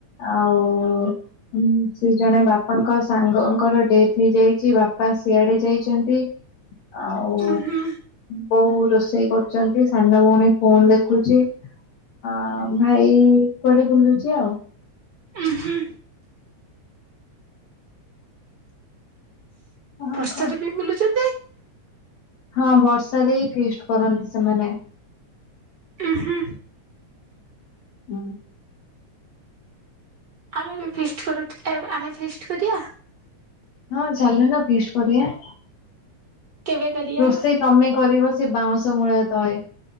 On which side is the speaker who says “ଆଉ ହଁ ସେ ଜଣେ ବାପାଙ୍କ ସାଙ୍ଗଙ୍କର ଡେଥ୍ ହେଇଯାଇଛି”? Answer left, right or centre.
Left